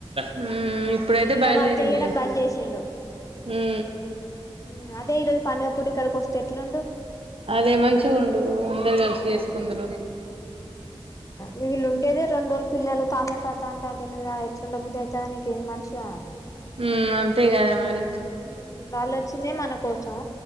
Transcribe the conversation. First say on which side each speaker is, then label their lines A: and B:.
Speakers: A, on the right (about 65°); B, on the left (about 30°).
A: హ్మూ ఇప్పుడైతే
B: ఇగ
A: బయల్దే
B: వాడు
A: రిండులే
B: చెయ్యడం బంద్ చేసిండు
A: హ్మూ
B: మ్మ్ అదే ఈ రోజు పండుగ పూట ఇక్కడికి వొస్తే ఎట్లుండు.
A: అదే మంచిగ ఉండూ, అందరు కలిసి చేసుకుందరు.
B: వీళ్ళుండేదె రెండు రోజులు పిల్లలు తాత తాత అంటంటే, నువ్వు ఆడ ఎట్లుండ బుద్ది అయితాంది నీకేం మనిషివని అన్నడు.
A: హ్మ్ అంతే గదా మరి.
B: మ్మ్ వాళ్లొచ్చిందే మన కో సం